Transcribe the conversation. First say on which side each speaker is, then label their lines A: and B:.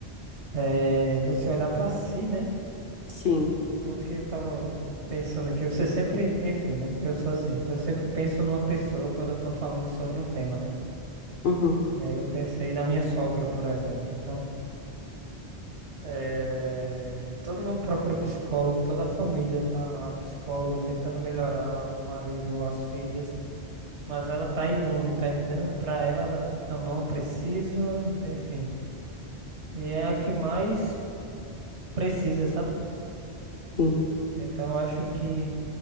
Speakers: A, on the right (about 85°); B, on the left (about 55°).
A: eh, você olhar para si, né?
B: Sim.
A: Porque eu tava pensando aqui, você sempre, enfim, né? Eu sou assim, eu sempre penso numa pessoa quando eu tô falando sobre um tema, né?
B: Uhum.
A: E aí eu pensei na minha sogra, por exemplo. Então, eh, todo mundo procura psicólogo, toda a família tá lá, psicólogo tentando melhorar o marido, as filhas, mas ela tá imune, tá entendendo? Pra ela, ela é tipo, não, não preciso, enfim. E é a que mais precisa, sabe?
B: Sim.
A: Então, eu acho que